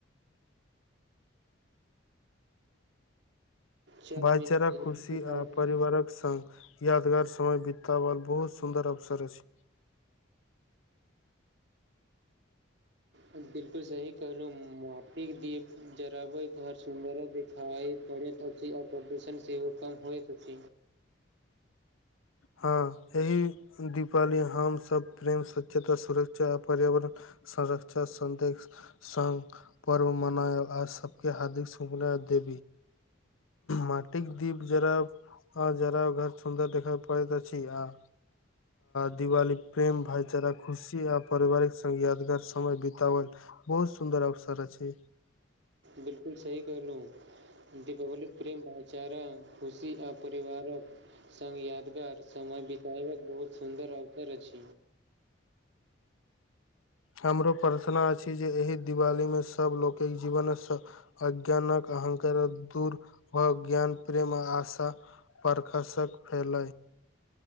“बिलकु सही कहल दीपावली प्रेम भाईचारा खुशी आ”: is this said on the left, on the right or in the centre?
Right